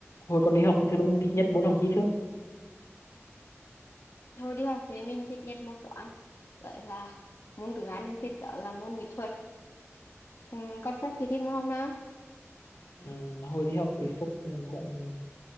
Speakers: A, on the left; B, on the left.
A: hồi còn đi học thì thường thích nhất môn học tri thức
B: Thôi đi học thì mình thích nhất môn toán Vậy là môn thứ hai mình thích đó là môn mỹ thuật ừ, Còn Phúc thì thích môn học nào?
A: Ừm, hồi đi học thì Phúc cũng